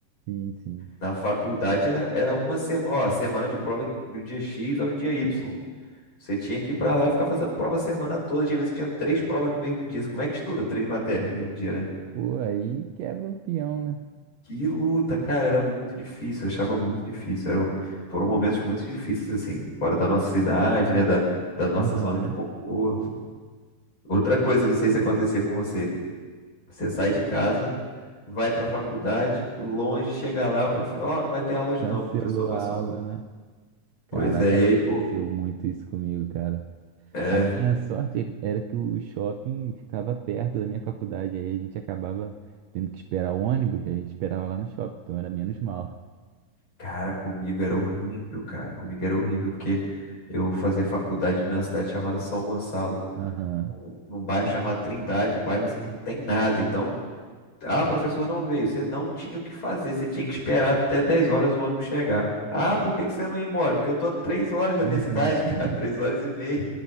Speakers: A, on the right; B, on the left.
A: Sim, sim.
B: Na faculdade era era uma semana, ó, semana de prova do dia X ao dia Y. Você tinha que ir pra lá e ficar fazendo prova a semana toda. Tinha vezes que tinha três provas no mesmo dia. Como é que estuda três matérias no mesmo dia, né?
A: Pô, aí quebra o peão, né?
B: Que luta, cara, era muito difícil, eu achava muito difícil. Eram, foram momentos muito difíceis, assim, fora da nossa cidade, né? Da, da nossa
A: Aham.
B: zona de conforto. Outra coisa, não sei se acontecer com você. Você sai de casa, vai pra faculdade, longe, chega lá, o profe... ó, não vai ter aula hoje
A: Cancelou
B: não, o professor passou
A: a aula,
B: a mão.
A: né? Caraca,
B: Pois é, e
A: aconteceu
B: aí, pô,
A: muito isso comigo, cara.
B: é,
A: A minha sorte ele- era que o shopping ficava perto da minha faculdade, aí a gente acabava tendo que esperar o ônibus, a gente esperava lá no shopping, então era menos mal.
B: Cara, comigo era horrível, cara. Comigo era horrível, porque eu fazia faculdade numa cidade chamada São Gonçalo,
A: Aham.
B: num, num bairro chamado Trindade, um bairro assim que não tem nada. Então, ah, professor não veio. Você não tinha o que fazer, você tinha que esperar até 10 horas o ônibus chegar. Ah, por que que você não ia embora? Porque eu tô a 3 horas da
A: Uhum.
B: minha cidade, cara,
A: <laughs>
B: <laughs> 3 horas e meia.